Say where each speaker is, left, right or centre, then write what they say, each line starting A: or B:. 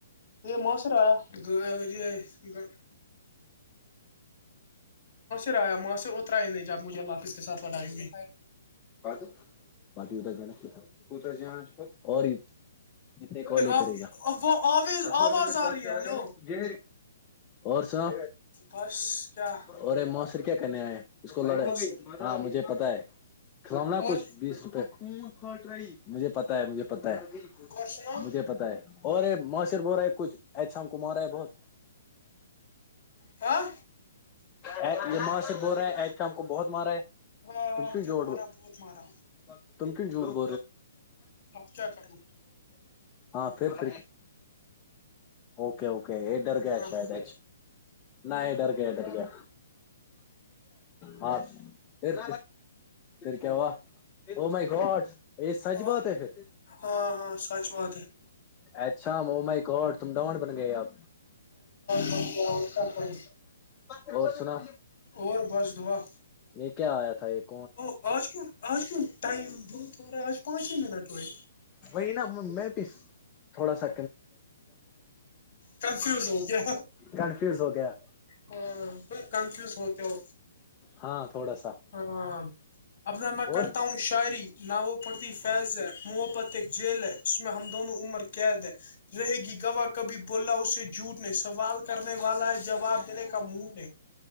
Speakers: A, on the left; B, on the left.
A: یہ ماسر آیا جار ر آیا ماں سے اترا ہی نہیں جب مجھے اللہاخظ کے ساتھ لڑائی ہوئی
B: ات بات اتر جانات جانا اور جتنے کالے
A: آپ
B: کرے گا
A: وہ آویز
B: اچھا
A: آواز آ رہی
B: کرے
A: ہے ہلو
B: اور سنا
A: بس کیا
B: اورے مسری کیا کرنے آئے اس کو لڑے
A: معاشر
B: ہاں مجھے پتا ہے کھلنا
A: اور
B: کچھ بیس روپئے مجھے پتا ہے مجھے پتا ہے
A: اور سناؤ
B: مجھے پتا ہے ہو رہے ماشر ب ہو رہا ہے کچھ ایھام کو مار رہا ہے بہت
A: ہاں
B: ا یہ معا سے ب رہا ہے ا ہم کو بہت مارا ہے
A: ہاں
B: تم
A: ہاں
B: کیوں
A: مجھے
B: جوڑو
A: مارا بہت مارا
B: ت تن ج ب
A: اب کیا کروں
B: ہاں پھر ف اوکے اوکے یہ ڈر گیا
A: ہاں
B: شاید ا نہیں ادھر گیا ادھر گیا ہ س کیاا م گڈ ا سچہ
A: اور
B: بات ہے پھر
A: ہاں ہاں سچ بات ہے
B: اچھا موم کو تم ڈاان بن گئے آپ
A: ہی آ کا کون
B: ب اور سنا
A: اور بس دعا
B: یہ کیا آیا تھا ایک
A: ا آز کم آز کم ائم بر تھوڑا آج پانچ ہی منٹ وت
B: وہی نا میں بھی تھوڑا سا
A: کنفیوز ہو گیا
B: کنفیوز ہو گیا
A: ہاں تو کنفیوز ہوتے ہو
B: ہاں تھوڑا سا
A: ہاں ابنا میں
B: اور
A: کرتا ہوں شاعری نہ وہ پڑتی فیض ہے محبت ایک جیل ہے جس میں ہم دونوں عمر قید ہے رہے گی گواہ کبھی بولا اسے جھوٹنے سوال کرنے والا ہے جواب دینے کا کا منڈ ہے